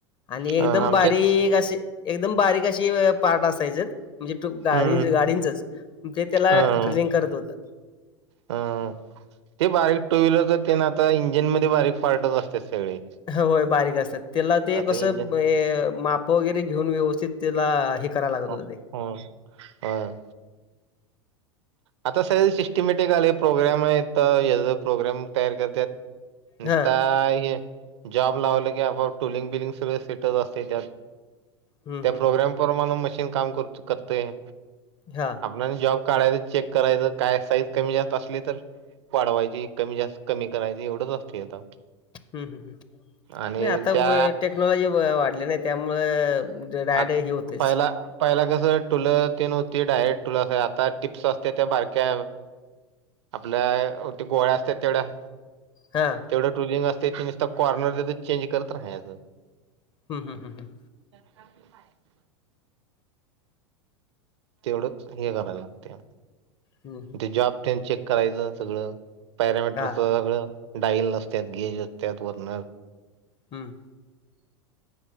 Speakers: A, on the left; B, on the right.
A: आणि एकदम
B: अ, आमच्या
A: बारीक असे एकदम बारीक अशी य पार्ट असायच, म्हणजे ट्यूब गाडीन
B: हम्म
A: गाडींचच ते, त्याला
B: हम्म
A: ड्रिलिंग करत होत.
B: हम्म ते बारीक टू व्हीलरच ते ना आता, इंजिन मध्ये बारीक पार्टच असतात सगळे
A: होय बारीक असतात. त्याला ते
B: तर आता
A: कसं,
B: इंजिन
A: हे माप वगैरे घेऊन व्यवस्थित त्याला हे करायला लागत
B: ह
A: होतं ते.
B: ह वोय. आता सगळे सिस्टमॅटिक आले प्रोग्राम आहेत. येलो प्रोग्राम तयार करतात. निसता
A: हां.
B: य. जॉब लावलं की आपोआप टुलिंग बिलिंग सगळ सेटच असतय त्यात.
A: हं,
B: त्या
A: हं,
B: प्रोग्राम
A: हं.
B: प्रमाण मशीन काम कर करतय.
A: हा.
B: नवीन जॉब काढायचं चेक करायचं, काय साईज कमी जास्त असली तर वाढवायची कमी जास्त कमी करायची, एवढंच असते आता.
A: हू हू
B: आणि
A: नाही आता
B: त्या
A: व टेक्नॉलॉजी व वाढली नाही त्यामुळं डायरेक्ट
B: आ
A: होतेच.
B: पहिला पहिला कसं टूल तेन नुती डायरेक्ट टूल असाय, आता टीप्स असत्यात बारक्या आपल्या ती गोळ्या असतात तेवढ्या
A: हां.
B: तेवढं ट्रुलिंग असत, ते नुसत कॉर्नर त्याच चेंज करत रहायचं.
A: हं हं हं.
B: <inaudible> थोड हे कराय लागतय,
A: हं, हं.
B: ते जॉब तेन चेक करायचं सगळं. पॅरामीटरच
A: हां.
B: सगळं डाईल असत्यात गेज असत्यात वरन.
A: हम्म.